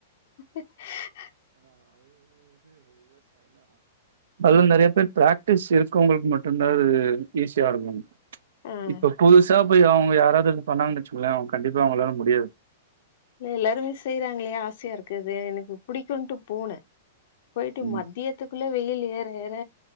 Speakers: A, on the left; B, on the right.
A: ஹ்ம்
B: அது வந்து நெறைய பேர் ப்ராக் டிஸ் இருக்கவுங்களுக்கு மட்டும்தான் அது ஈஸியா இருகாகோ
A: ஆ
B: இப்ப புதுசா போயி அவுங்க யாராவது இது பண்ணாங்கன்னு வச்சுங்கோங்களே அவுங்க கண்டிப்பா அவுங்களால முடியாது
A: இல்ல எல்லாருமே செய்யறாங்களே ஆசையா இருக்குது எனக்கு புடிக்குன்ட்டு போனே போயிட்டு
B: ம்
A: மத்தியத்துக்குள் ள்ள வெயில் ஏற ஏற